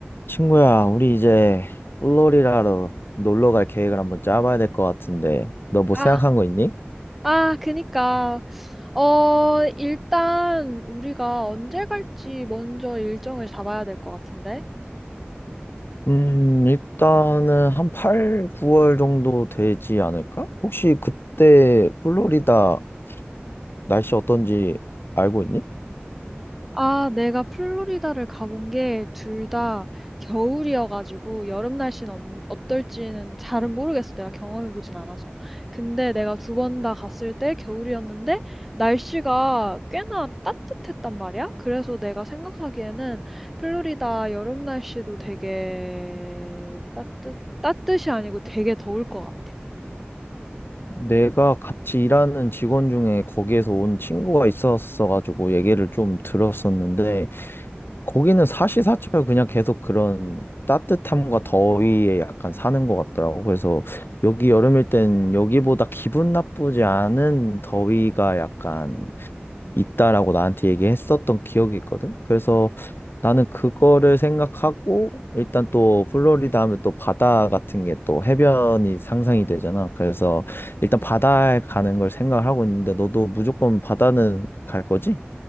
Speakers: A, on the left; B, in the centre.
A: 친구야, 우리 이제 플로리다로 놀러 갈 계획을 한번 짜봐야 될 것 같은데, 너 뭐
B: 아,
A: 생각한 거 있니?
B: 아, 그니까. 어, 일단 우리가 언제 갈지 먼저 일정을 잡아야 될 것 같은데?
A: 음, 일단은 한 8, 9월 정도 되지 않을까? 혹시 그때 플로리다 날씨 어떤지 알고 있니?
B: 아, 내가 플로리다를 가본 게 둘 다 겨울이어가지고 여름 날씨는 언- 어떨지는 잘은 모르겠어. 내가 경험해보진 않아서. 근데 내가 두 번 다 갔을 때 겨울이었는데 날씨가 꽤나 따뜻했단 말이야. 그래서 내가 생각하기에는 플로리다 여름 날씨도 되게 따뜻, 따뜻이 아니고 되게 더울 것 같아.
A: 내가 같이 일하는 직원 중에 거기에서 온 친구가 있었어가지고 얘기를 좀 들었었는데, 거기는 사시사철 그냥 계속 그런 따뜻함과 더위에 약간 사는 것 같더라고. 그래서 여기 여름일 땐 여기보다 기분 나쁘지 않은 더위가 약간 있다라고 나한테 얘기했었던 기억이 있거든. 그래서 나는 그거를 생각하고 일단 또 플로리다 하면 또 바다 같은 게 또 해변이 상상이 되잖아. 그래서 일단 바다에 가는 걸 생각을 하고 있는데 너도 무조건 바다는 갈 거지?